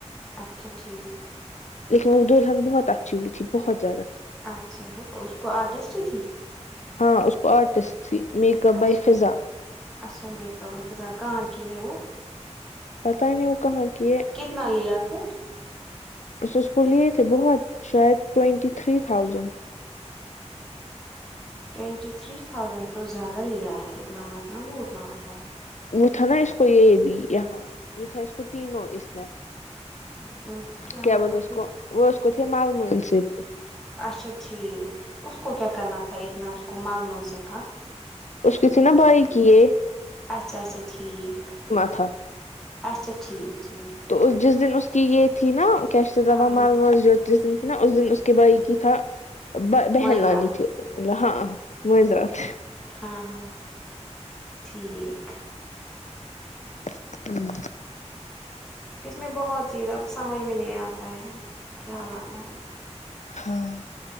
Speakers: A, in the centre; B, on the left.
A: اچھا ٹھیک
B: لیکن دلہن بہت اچھی ہوئی تھی بہت زیادہ
A: اچھا اس کو آرٹسٹ ہی تھی
B: ہاں اس کو آرٹسٹ تھی میک اپ
A: اچھا
B: بائی فضا
A: اچھا میک اپ بای فضا کہاں کی ہے وہ
B: پتا ہی نہیں وہ کہاں کی ہے
A: کتنا لیا پھر
B: اسس اس کو لیے تھے بہت شاید twenty three thousand
A: twenty three thousand تو زیادہ لیا ہے اتنا متنا لوٹ نہ ہوتا ہے
B: وہ تھا نا اس کو یہ بھی یہاں وہ تھا اس کو تینوں اس میں
A: ہے
B: کیا
A: مطلب
B: بولتے اس
A: کہ
B: کو وہ اس کو تھے مالم سے بھی
A: اچھا ٹھیک اس کو کیا کرنا تھا اتنا اس کو مال مول سے تھا
B: اس کسی نا بھائی کیے
A: اچھا اچھا ٹھیک
B: تھا
A: اچھا ٹھیک ٹھیک
B: تو جس دن اس کی یہ تھی نا <unintelligible> جس
A: ہاں ہاں
B: دن تھی نا اس دن اس کے بھائی کی تھا بہن
A: معذرات
B: لانی تھی ہاں <unintelligible>
A: ہاں ہاں ٹھیک
B: ہوں
A: اس میں بہت چیز اب سمجھ میں نہیں آتا ہے کیا لانا ہے
B: ہاں